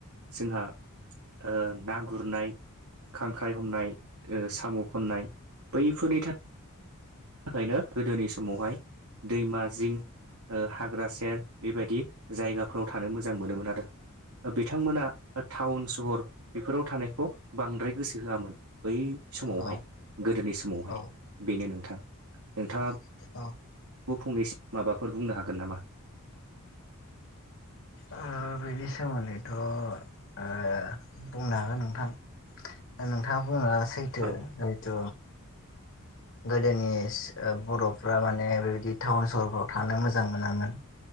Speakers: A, on the right; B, on the left.
A: जोंहा ओ ना गुरनाय खांख्राइ हमनाय ओ साम' खननाय बैफोरनि था खायनो गोदोनि समावहाय दैमा जिं ओ हाग्रा सेर बेबायदि जायगाफोराव थानो मोजां मोनोमोन आरो बिथांमोना टाउन सहर बेफोराव थानायखौ बांद्राय गोसो होआमोन बै समावहाय
B: औ
A: गोदोनि समावहाय
B: औ
A: बेनो नोंथां नोंथाङा
B: <unintelligible>
A: फंनैसो माबाफोर बुंनो हागोन नामा?
B: ओ बेनि सोमोन्दैथ' ओ बुंनो हागोन नोंथां दा नोंथाङा बुंनाया सैथो
A: औ
B: हैथ' गोदोनि बर'फ्रा माने बेबायदि टाउन सहरफ्राव थानो मोजां मोनामोन।